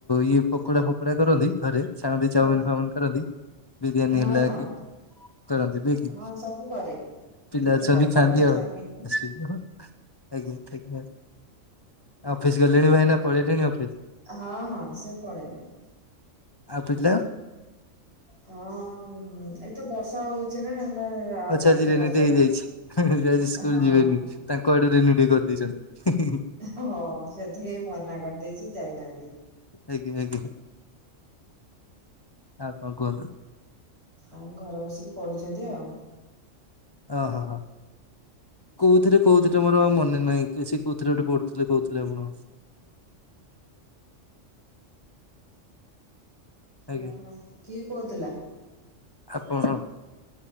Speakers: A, on the left; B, on the right.
A: ଇଏ ପକୋଡା ଫକୋଡା କରନ୍ତି ଘରେ? ଛାଣନ୍ତି ଚାଉମିିନ୍
B: ହଁ
A: ଫାଉମିିନ୍ କରନ୍ତି ବିରିୟାନୀ
B: ହଁ
A: ହେଲା
B: ହଁ
A: କି କରନ୍ତି ନା କି
B: ହଁ ସବୁ କରେ।
A: ପିଲା
B: ଚିକେନ
A: ଅଛନ୍ତି
B: ପକୋଡା
A: ଖାଆନ୍ତିି
B: ଚାଉମିନ
A: ଆଉ। ଆଜ୍ଞା -ଆଜ୍ଞା ଅଫିସ୍ ଗଲେଣି ଭାଇନା ପଳେଇଲେଣି ଅଫିସ୍?
B: ହଁ -ହଁ ସେ ପଳେଇଲେଣି।
A: ଆଉ ପିଲା?
B: ହଁ ଏଇତ ବର୍ଷା ହଉଚି ନା ହେଲା ଆଉ
A: ଅଛି
B: ଆଜି
A: ରେନିଡେ
B: ବର୍ଷାରେ
A: ହେଇଯାଇଛି। ଆଜି ସ୍କୁଲ
B: ହଁ-
A: ଯିବେନି ତାଙ୍କ ଆଡୁ ଡିଲେଟେ କରିଦେଇଚନ୍ତି ହିଁ- ହିଁ- ହିଁ।
B: ହିଁ -ହିଁ ହଁ ସେଥିପାଇଁ ମନା କରିଦେଇଚି ଯାଇନାହାନ୍ତି।
A: ଆଜ୍ଞା- ଆଜ୍ଞା ଆଉ କଣ୍ କୁହନ୍ତୁ?
B: ଆଉ ଘରେ ବସିକି ପଢୁଚନ୍ତି ଆଉ।
A: ଓ -ହୋ -ହ। କଉଥିରେ କହୁଥିଲେ ମୋର ମନେ ନାହିଁ କି ସେ କଉଥିରେ ଗୋଟେ ପଢୁଥିଲେ କହୁଥିଲେ ଆପଣ। ଆଜ୍ଞା।
B: ଓହୋ କିଏ କହୁଥିଲା?
A: ଆପଣ